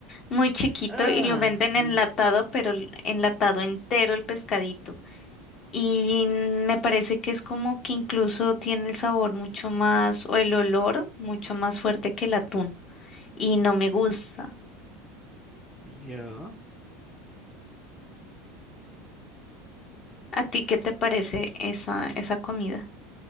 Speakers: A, on the left; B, in the centre.
A: Muy chiquito
B: Ah,
A: y lo venden
B: ay,
A: enlatado, pero l- enlatado entero el pescadito. Y me parece que es como que incluso tiene el sabor mucho más, o el olor mucho más fuerte que el atún. Y no me gusta.
B: ya.
A: ¿A ti qué te parece esa, esa comida?